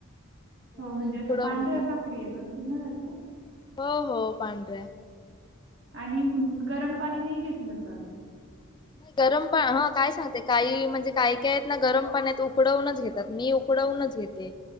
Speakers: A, on the left; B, on the right.
A: तर
B: हो
A: मी
B: म्हणजे
A: उकडवून
B: अशा पांढऱ्या भाकरी येत असतील ना त्याचा
A: हो-हो पांढऱ्या
B: आणि गरम पाणी नाही घेतलं चाललं.
A: नाही गरम पाण ह काय सांगते काही म्हणजे काय काय आहेत ना गरम पाण आहेत उकडवूनच घेतात. मी उकडवूनच घेते